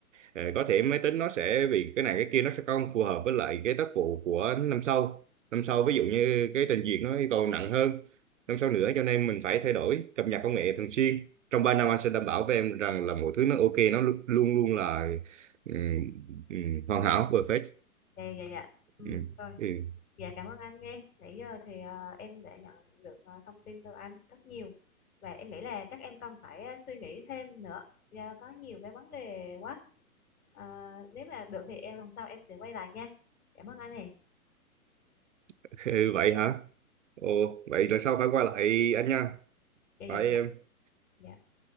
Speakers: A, on the right (about 55°); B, on the left (about 70°).
A: Ờ, có thể máy tính nó sẽ vì cái này cái kia nó sẽ không phù hợp với lại cái tác vụ của năm sau năm sau ví dụ như cái trình duyệt nó yêu cầu nặng hơn năm sau nữa cho nên mình phải thay đổi cập nhật công nghệ thường xuyên trong 3 năm anh sẽ đảm bảo với em rằng là mọi thứ nó ok nó lu- luôn luôn là ừm, ừm, hoàn hảo perfect
B: Dạ dạ dạ. Ừ,
A: Ừm,
B: rồi.
A: ừ.
B: Dạ cảm ơn anh nghe. Nãy giờ thì à, em đã nhận được à, thông tin từ anh rất nhiều và em nghĩ là chắc em cần phải à, suy nghĩ thêm nữa do có nhiều cái vấn đề quá. À, nếu mà được thì em lần sau em sẽ quay lại nha. Cảm ơn anh hè.
A: <laughs> Ừ, vậy hả ồ vậy rồi sau phải qua lại anh nha
B: Dạ dạ
A: phải em
B: dạ. Dạ.